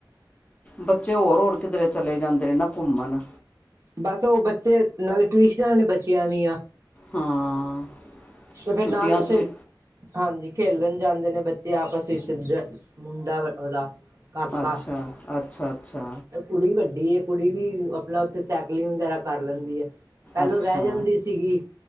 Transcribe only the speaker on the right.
ਬਸ ਉਹ ਬੱਚੇ ਨਾਲੇ ਟਿਊਸ਼ਨਾਂ ਨੇ ਬੱਚਿਆਂ ਦੀਆਂ।
ਫਿਰ
ਨਾਲ ਉੱਥੇ
ਹਾਂਜੀ ਖੇਲਣ ਜਾਂਦੇ ਨੇ ਬੱਚੇ ਆਪਸ ਵਿੱਚ ਮੁੰਡਾ ਉਹਦਾ ਕਾਕਾ
ਕੁੜੀ ਵੱਡੀ ਏ ਕੁੜੀ ਵੀ ਆਪਣਾ ਉੱਥੇ ਸਾਈਕਲਿੰਗ ਵਗੈਰਾ ਕਰ ਲੈਂਦੀ ਹੈ ਪਹਿਲੋਂ
ਰਹਿ ਜਾਂਦੀ ਸੀਗੀ